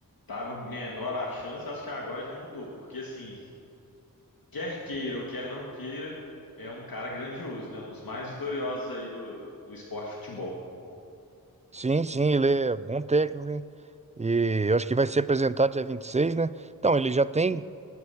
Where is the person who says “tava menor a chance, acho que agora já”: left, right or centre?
Left